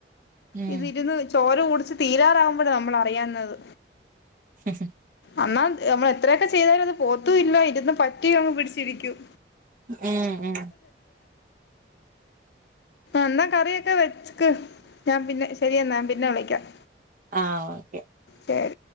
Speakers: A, on the right; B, on the left.
A: ഉം
B: ഇത് ഇരുന്ന് ചോര കുടിച്ച് തീരാറാകുമ്പോഴാണ് നമ്മളറിയുന്നത്
A: ഹു ഹും
B: എന്നാൽ നമ്മൾ എത്രയെക്കെ തട്ടിയാലും പോത്തതും ഇല്ല ഇരുന്ന് പറ്റിയങ്ങ് പിടിച്ചിരിക്കും
A: ഉം ഉം
B: എന്നാ കറിയെക്കെ വെചു ക്കു എന്നാ പിന്നെ ശരി എന്നാ ഞാൻ പിന്നെ വിളിക്കാം
A: ആഹാ ഓക്കെ
B: ശരി